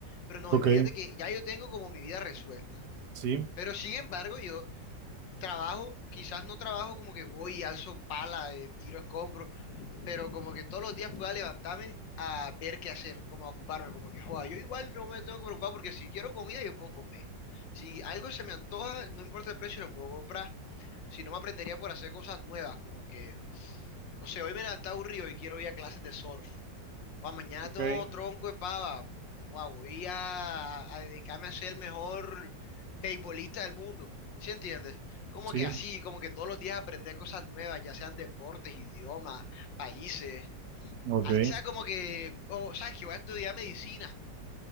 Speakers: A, on the left (about 80°); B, on the right (about 65°).
A: pero no,
B: Ok,
A: imagínate que ya yo tengo como mi vida resuelta,
B: sí,
A: pero sin embargo, yo trabajo, quizás no trabajo como que voy y alzo pala, eh, tiro escombros, pero como que todos los días pueda levantarme a ver qué hacer, como a ocuparme, como que, joda, yo igual no me tengo que preocupar porque si quiero comida yo puedo comer. Si algo se me antoja, no importa el precio, lo puedo comprar. Si no, me aprendería por hacer cosas nuevas, como que, no sé, hoy me levanté aburrido y quiero ir a clases de surf. Guau, mañana
B: ok,
A: tengo tronco de pava. Guau, voy a, a dedicarme a ser el mejor beisbolista del mundo. ¿Sí entiendes? Como
B: sí,
A: que así, como que todos los días aprender cosas nuevas, ya sean deportes, idiomas, países.
B: ok,
A: Así sea como que, o sabes que voy a estudiar medicina.